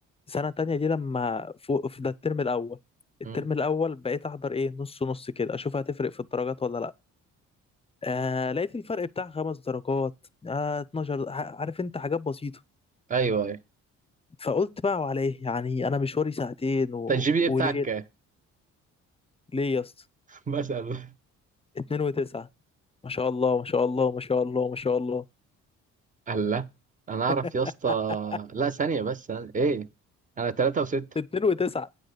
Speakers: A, on the left (about 20°); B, on the right (about 25°).
A: سنه تانية دي لما فوق في ده الترم الاول الترم
B: مم.
A: الاول بقيت احضر ايه نص نص كده اشوف هتفرق في الدرجات ولا لا آه لقيت الفرق بتاع خمس درجات آه 12 ع- عارف انت حاجات بسيطة
B: ايوه ايوه
A: فقلت بقى وعلى ايه يعني انا مشواري ساعتين و...
B: انت الجي بي اي
A: وليه
B: بتاعك كام؟
A: ليه يا اسطى
B: <laughs> بسأل
A: اتنين وتسعة ما شاء الله ما شاء الله ما شاء الله ما شاء الله
B: الله انا اعرف
A: <laughs>
B: يا اسطى لا ثانيه بس أنا... ايه انا ثلاثة وستة
A: اتنين وتسعة